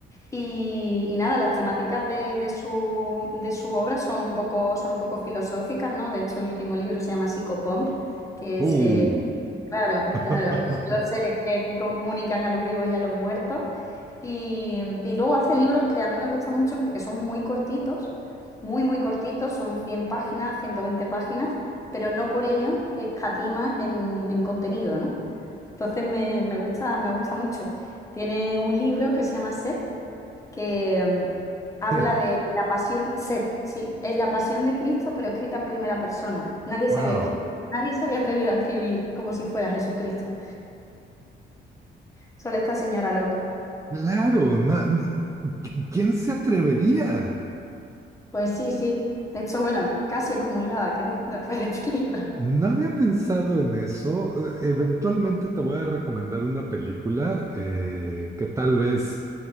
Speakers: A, on the left (about 15°); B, on the right (about 15°).
A: Y, y nada, las temáticas de, de su, de su obra son un poco, son un poco filosóficas, ¿no? De hecho, el último libro se llama Psicopomp, que
B: Uh.
A: es eh, Claro,
B: <laughs>
A: claro, son los seres que, que comunican a los vivos y a los muertos. Y, y luego hace libros que a mí me gustan mucho porque son muy cortitos, muy, muy cortitos, son 100 páginas, 120 páginas, pero no por ello escatima en, en contenido, ¿no? Entonces me, me gusta, me gusta mucho. Tiene un libro que se llama Set, que mm, habla
B: Ted,
A: de la pasión, sed, sí, es la pasión de Cristo, pero escrita en primera persona. Nadie
B: wow.
A: se había, escri- nadie se había atrevido a escribir como si fuera Jesucristo, solo esta señora loca.
B: Claro, na- ¿quién se atrevería?
A: Pues sí, sí, de hecho, bueno, casi excomulgada quedó <laughs> después de este libro.
B: No había pensado en eso. Eh, Eventualmente te voy a recomendar una película eh, que tal vez